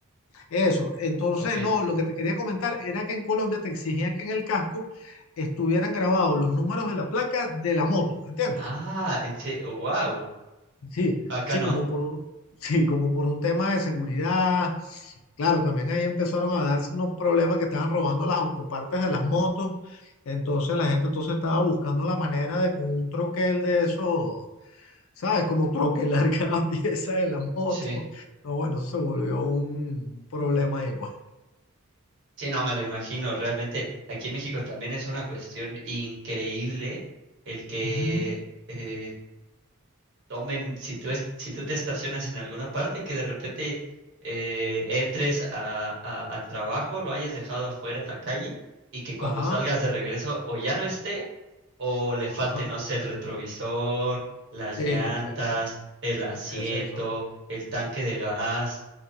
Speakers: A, on the left (about 65°); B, on the right (about 55°).
A: eso. Entonces,
B: Ok.
A: no, lo que te quería comentar era que en Colombia te exigían que en el casco estuvieran grabados los números de la placa de la moto, ¿entiendes?
B: Ah, en sí, wow.
A: Sí,
B: Acá
A: sí,
B: no.
A: como por un, <laughs> sí, como por un tema de seguridad. Claro, también ahí empezaron a darse unos problemas que estaban robando las autopartes de las motos. Entonces la gente entonces estaba buscando la manera de con un troquel de eso, ¿sabes? Como troquelar <laughs> cada pieza de la moto.
B: Sí.
A: No, bueno, eso se volvió un problema ahí, pues.
B: Sí, no, me lo imagino. Realmente aquí en México también es una cuestión increíble el que
A: Ujú,
B: eh, tomen, si tú, es- si tú te estacionas en alguna parte, que de repente eh, entres a- a- al trabajo, lo hayas dejado afuera en la calle y que cuando
A: Ajá,
B: salgas de regreso o ya no esté o le falte,
A: ajá.
B: no sé, el retrovisor, las
A: Sí,
B: llantas,
A: sí, sí.
B: el asiento,
A: Sí, sí, eso.
B: el tanque de gas,